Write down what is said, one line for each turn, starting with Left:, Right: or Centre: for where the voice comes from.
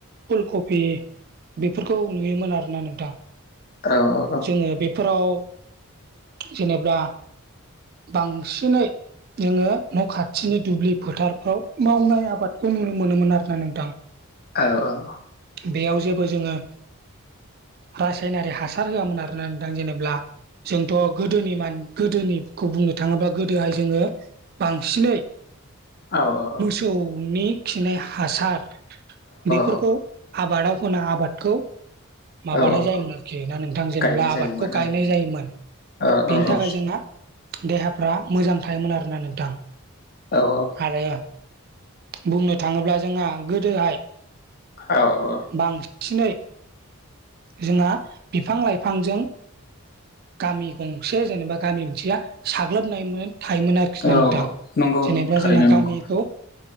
Right: फुल कपि बेफोरखौ नुयोमोन आरोना नोंथां।
Left: औ -औ।
Right: आङो बेफोराव जेनेब्ला बांसिनै जोङो न' खाथिनि दुब्लि फोथारफ्राव मावनाय आबादखौ नुनो मोनोमोन आरो ना नोंथां।
Left: औ औ
Right: बेयाव जेबो जोङो रासायनारि हासार सार होआमोन आरोना नोंथां जेनेब्ला जोंथ' गोदोनि मान गोदोनिखौ बुंनो थाङोबा गोदोहाय जोङो बांसिनै
Left: औ औ औ
Right: सौनि खिनाय हासार बेफोरखौ
Left: औ
Right: आबादाव होना आबादखौ माबानाय
Left: औ औ
Right: जायोमोन आरोखि बिगा नोंथां जेनेब्ला
Left: गायनाय
Right: आबादखौ
Left: जायोमोन
Right: गायनाय जायोमोन
Left: औ
Right: बेनि
Left: औ
Right: थाखाय
Left: औ
Right: जोंना देहाफ्रा मोजां थायोमोन आरोना नोंथां
Left: औ -औ।
Right: आरो बुंनो थाङोब्ला जोंहा गोदोहाय
Left: औ -औ।
Right: बांसिनै जोंहा बिफां -लाइफांजों गामि गंसे जेनेबा गामि गंसेया साग्लोबनायमोन थायोमोन आरो। खिना
Left: औ
Right: नोथां
Left: नंगौ
Right: जेनेबा
Left: नंगौ थारैनो
Right: जोंना
Left: नंगौ
Right: गामिखौ